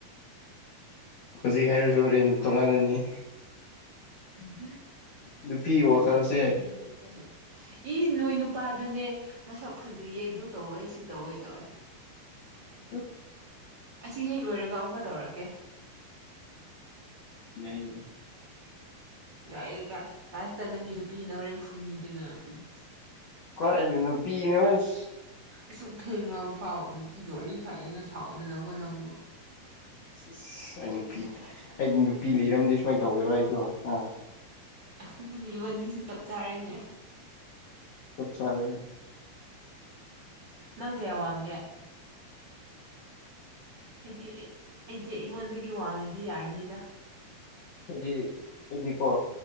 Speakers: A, on the left (about 65°); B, on the right (about 40°).
A: ꯍꯧꯖꯤꯛ ꯍꯥꯏꯔꯁꯨ ꯍꯣꯔꯦꯟ ꯇꯣꯉꯥꯟꯅꯅꯤ
B: ꯎꯝꯍꯝ
A: ꯅꯨꯄꯤꯒꯤ ꯋꯥꯈꯜꯁꯦ
B: ꯏꯅꯠꯇꯦ ꯏ ꯅꯣꯏ ꯅꯨꯄꯥꯗꯨꯅꯦ ꯃꯁꯛ ꯐꯖꯩꯌꯦ ꯑꯗꯨ ꯇꯧꯋꯦ ꯁꯤ ꯇꯧꯋꯦ ꯇꯧꯋꯦ
A: ꯎ
B: ꯑꯁꯤ ꯍꯦꯛ ꯂꯣꯏꯔꯒ ꯑꯃꯨꯛꯀ ꯇꯧꯔꯛꯀꯦ
A: ꯌꯥꯢꯌꯦ
B: ꯌꯥꯏꯑꯦ ꯀ ꯂꯥꯁꯇ ꯅꯪꯒꯤ ꯅꯨꯄꯤꯁꯤꯅ ꯍꯣꯔꯦꯟ ꯐꯨꯕꯤꯗꯅ ꯎꯝ
A: ꯀꯥꯏꯗ ꯅꯨꯄꯤꯅꯣ ꯑꯁ
B: ꯑꯁꯨꯛ ꯊꯦꯡꯉꯕ ꯐꯥꯎ ꯅꯨꯄꯤꯒ ꯋꯥꯔꯤ ꯁꯥꯏꯅ ꯁꯥꯎꯗꯅꯀꯣ ꯅꯪꯕꯨ
A: ꯑꯁ ꯑꯩ ꯅꯨꯄꯤ ꯑꯩ ꯅꯨꯄꯤ ꯂꯤꯔꯝꯗꯦ ꯁꯨꯃꯥꯏꯅ ꯇꯧꯒꯦꯔꯣ ꯑꯩꯁꯨ ꯑꯥ
B: ꯑꯗꯨꯗꯤ ꯏꯕꯥꯅꯤꯁꯨ ꯆꯞ ꯆꯥꯔꯦꯅꯦ
A: ꯆꯞ ꯆꯥꯔꯦ
B: ꯅꯪ ꯀꯌꯥ ꯋꯥꯡꯒꯦ ꯑꯩꯗꯤ ꯑꯩ ꯑꯩꯗꯤ ꯑꯩꯉꯣꯟꯗꯒꯤ ꯋꯥꯡꯉꯗꯤ ꯌꯥꯔꯅꯤꯗ
A: ꯑꯩꯗꯤ ꯑꯩꯗꯤꯀꯣ